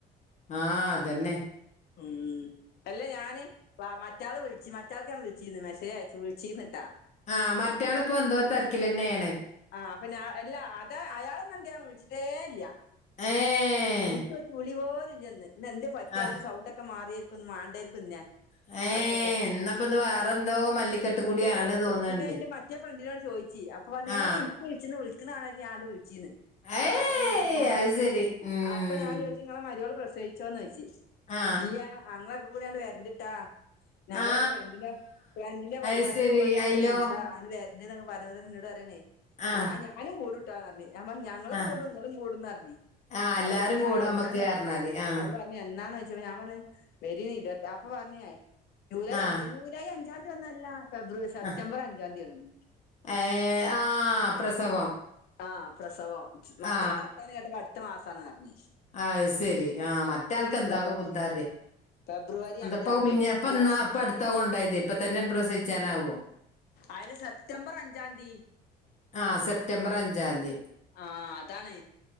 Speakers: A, on the left (about 45°); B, on the left (about 70°).
A: ആഹ അതെന്നെ
B: മ് അല്ലെ ഞാന് വാ മറ്റാൾക്ക് വിളിച്ചച്ച് മറ്റാൾക്ക ഞാന് വിച്ചീന്ന് മെസ്സേജ് അയച്ചു വിളിച്ചിന്നിട്ടാ
A: ആഹ് മറ്റാളിപ്പോൊ എന്തോ തിരക്കിലന്നെയാണ്
B: ആഹ് അപ്പൊ ഞാ എല്ലാ അത് അയാളൊന്നും എന്ത്യാൻ വിളിച്ചിട്ടേ ഇല്ല
A: ഏഹ്
B: എനിക്കൊരു വിളി പോലല്ലന്ന് എന്തേ പറ്റിയ
A: ആ
B: എന്റെ സൗണ്ട് ഒക്കെ ഒക്കെ മാറിയിരിക്കും മണ്ടായിരിക്കുംന്നെ
A: ഏ
B: അടക്കട്ടെ
A: എന്നപ്പത് വേറെന്തോ മല്ലിക്കെട്ട് കൂടിയാണ്
B: എന്തോ ഒരു
A: തോന്ന്ണ്ട്.
B: പെട്ടെന്ന അതിന്റെ മറ്റേ ഫ്രണ്ടിനോട് ചോദിച്ചി അപ്പൊ ന്നെ
A: ആ
B: എനിക്ക് വിളിച്ചന്ന് വിളിക്കുന്നണ ആലരുതി വിളിച്ചീന്ന്
A: ഏയ്
B: അപ്പൊ ആ
A: അത് ശരി ഉം
B: അപ്പൊ ഞാൻ ചോദിച്ചു ഇങ്ങളെ മരുവോൾ പ്രസേവിച്ചോന്ന് ചദിച്ചി
A: ആ
B: ഇല്ലയ അങ്ങൊക്കെ കൂടാണ് വരണ്ടിട്ടാ ഞങ്ങളൊരു
A: ആ
B: ഫ്രണ്ടിന്റെ ഫ്രണ്ടിന്റെ പരിപാടിക്ക്
A: അത് ശരി
B: പോവാ നിക്കാണ്
A: അയിലോ
B: ഇസ അങ്ങട്ട് വരണനൊക്കെ പറഞ്ഞത് നിന്നോട് താണേ
A: ആ
B: ട്ട ഞാനും കൂടുട്ടോന്ന് ഞാപറഞ്ഞ് ഞാ ങ്ങളും
A: ആ
B: കൂടും ങ്ങളും കൂടുംന്ന്പറഞ്ഞി
A: ആ എല്ലാരും
B: അവപറഞ്ഞ്
A: കൂടമ്മക്ക്
B: എന്നാന്ന്
A: പറഞ്ഞാതി ആ
B: അവ പറ എന്നാന്ന് ചോയിച്ചപ്പോ ഞാൻ പറഞ്ഞ് വരിന്ന ഇരുവത്താ അപ്പൊ പറഞ്ഞേ ജൂലൈ
A: ആ
B: അഞ്ചേനു ജൂലൈ അഞ്ചാന്തി ഒന്നുവല്ലാ ഫെബ്രുവരി സെപ്റ്റബർ
A: ആ
B: അഞ്ചാന്തി ആണ്
A: ഏ ആ പ്രസവം
B: ആ പ്രസവം മറ്റാളെ
A: ആ
B: അടുത്ത മാസാണ് പറഞ്ഞ്
A: അയ് ശരി ആ മറ്റേ ആൾക്കെന്താകും
B: ഫെബ്രു
A: കുന്തറിയ
B: ഫെബ്രുവരി
A: എന്താപ്പ
B: അഞ്ചാം തീയതിയാണ്
A: മിഞ്ഞപ്പ
B: അല്ല
A: ന്നാ
B: സ-
A: അപ്പ അടുത്താ കൊണ്ടോയത് ഇപ്പ തന്നെ പ്രസവിച്ചാനാവോ
B: അയിന് സെപ്റ്റംബർ അഞ്ചാന്തി
A: ആ സെപ്റ്റംബർ അഞ്ചാന്തി
B: ആ അതാണ്